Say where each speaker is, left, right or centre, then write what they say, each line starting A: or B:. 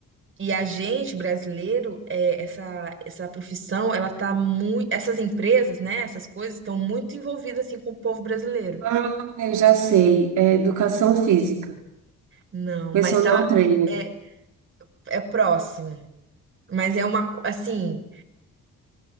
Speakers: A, on the right; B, on the right.
A: E a gente, brasileiro, é, essa, essa profissão, ela tá muito. Essas empresas, né? Essas coisas estão muito envolvidas assim com o povo brasileiro.
B: Ah, eu já sei. É educação física,
A: Não,
B: personal
A: mas tá.
B: trainer.
A: É, é próximo. Mas é uma. co- Assim.